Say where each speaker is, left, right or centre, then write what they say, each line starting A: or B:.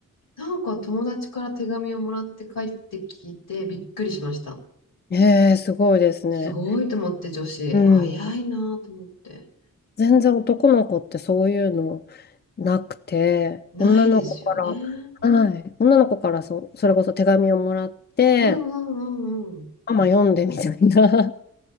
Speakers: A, on the left; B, on the left.
A: なんか友達から手紙をもらって帰ってきてびっくりしました。
B: へえ、すごいですね。
A: すごいと思って、女子。
B: うん。
A: 早いなと思って。
B: 全然男の子ってそういうのなくて、
A: ないですよね。
B: 女の子から、はい、女の子からそ、それこそ手紙をもらって、
A: うんうんうんうん。
B: ママ読んでみたいな。